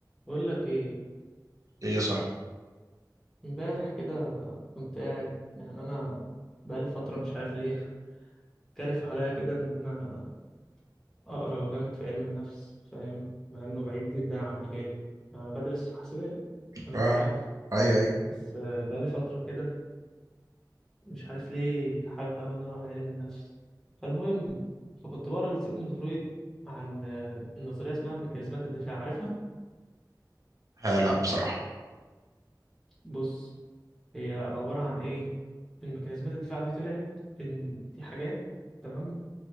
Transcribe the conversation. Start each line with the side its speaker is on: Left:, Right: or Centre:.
Centre: بقول لك ايه
Right: ايه صح
Centre: امبارح كده كنت قاعد يعني انا بقالي فتره مش عارف ليه <laughs> كارف عليا كده ان انا اقرا جامد في علم النفس فاهم مع انه بعيد جدا عن مجالي انا بدرس في حسابات زي ما
Right: اه
Centre: انت عارف
Right: ايوه ايوه
Centre: بس آه، بقالي فتره كده مش عارف ليه حابب اوي ان انا اقرا علم النفس فالمهم فكنت بقرا لسيجموند فرويد عن آه، نظريه اسمها ميكانيزمات الدفاع عارفها
Right: آه لا بصراحة
Centre: بص هي عباره عن ايه الميكانيزمات الدفاع دي طلعت ان دي حاجات تمام